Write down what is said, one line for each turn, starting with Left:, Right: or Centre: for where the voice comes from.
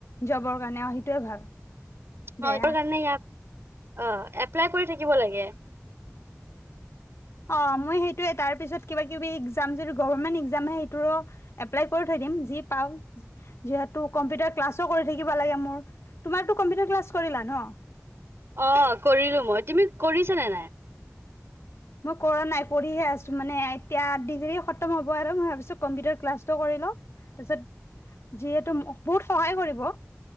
Left: জবৰ কাৰণে সেইটোৱে ভাল।
Right: অ
Left: দে
Right: এটো কাৰণে ইয়াক। আহ এপ্লাই কৰি থাকিব লাগে।
Left: অ মই সেইটোৱে তাৰ পিছত কিবা কিবি একজাম যদি গভমেন্ট একজামে সেইটোৰো এপ্লাই কৰি থৈ দিম যি পাওঁ, যিহেতু কম্পিউটাৰ ক্লাছো কৰি থাকিব লাগে মোৰ। তোমাৰতো কম্পিউটাৰ ক্লাছ কৰিলা ন?
Right: অ কৰিলো মই তুমি কৰিছ নে নাই?
Left: মই কৰা নাই কৰি হে আছো। মানে এতিয়া ডিগ্ৰী খতম হ'ব আৰু মই ভাবিছোঁ কম্পিউটাৰ ক্লাসটো কৰি লও। তাৰপিছত যিহেতু বহুত সহায় কৰিব।